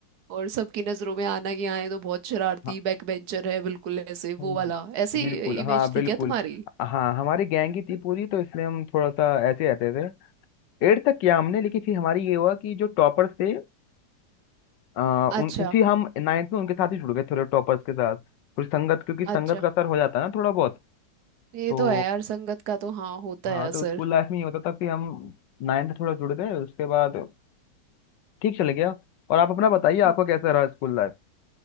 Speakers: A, on the right; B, on the left.
A: और सबकी नजरों में आना कि हाँ ये तो बहुत शरारती
B: हाँ
A: बैक बेंचर है बिल्कुल ऐसे
B: हाँ,
A: वो वाला ऐसी
B: बिल्कुल
A: इमेज
B: हाँ बिल्कुल
A: थी क्या तुम्हारी
B: हाँ हमारी गैंग ही थी पूरी तो इसलिए हम थोड़ा सा ऐसे रहते थे एट तक किया हमने लेकिन फिर हमारी ये हुआ कि जो टॉपर्स थे आ, उन
A: अच्छा
B: फिर हम नाइन्थ में उनके साथ ही जुड़ गए थोड़े टॉपर्स के साथ फिर संगत क्योंकि संगत
A: अच्छा
B: का असर हो जाता है ना थोड़ा बहुत
A: ये
B: तो
A: तो है यार संगत का तो हाँ होता
B: हाँ
A: है असर
B: तो स्कूल लाइफ में ये होता था कि हम नाइन्थ में थोड़ा जुड़ गए उसके बाद ठीक चले गया और आप अपना बताइए
A: म-
B: आपका कैसा रहा स्कूल लाइफ